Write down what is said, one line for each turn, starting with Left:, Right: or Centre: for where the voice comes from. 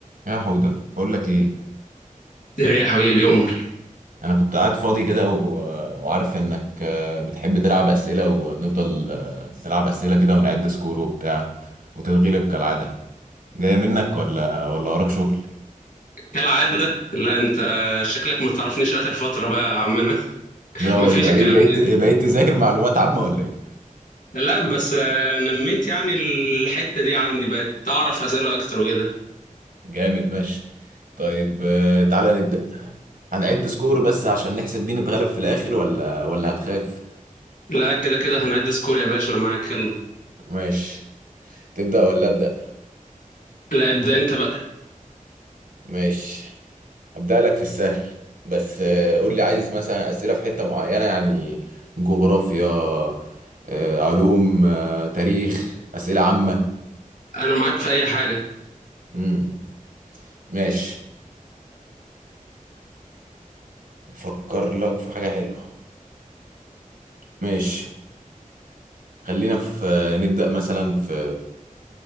Right: يا حودة بقول لك ايه
Left: ايه يا حبيبي يا عمر
Right: انا كنت قاعد فاضي كده و... وعارف انك آه، بتحب تلعب اسئله ونفضل آه، نلعب اسئله كده ونعد سكور وبتاع وتتغلب كالعاده جايه منك ولا ولا وراك شغل
Left: كالعادة لا انت شكلك ما تعرفنيش اخر فترة بقى يا عمنا <laughs>
Right: لا والله
Left: ما فيش الكلام
Right: ايه بقيت
Left: ده
Right: <laughs> بقيت تذاكر معلومات عامه ولا ايه
Left: لا بس آه، نميت يعني الحتة دي عندي بقت اعرف اسئلة اكتر وكده
Right: جامد ماشي طيب آه، تعالى نبدا هنعد سكور بس عشان نحسب مين اتغلب في الاخر ولا ولا هتخاف
Left: لا كده كده هنعد سكور يا باشا انا معاك يلا
Right: ماشي تبدا ولا ابدا
Left: لا ابدأ انت بقى
Right: ماشي هبدأ لك في السهل بس آه، قول لي عايز مثلا أسئلة في حتة معينة يعني جغرافيا آه، علوم آه، تاريخ أسئلة عامة
Left: انا معاك في اي حاجة
Right: امم ماشي أفكر لك في حاجة حلوة ماشي خلينا في آه، نبدأ مثلا في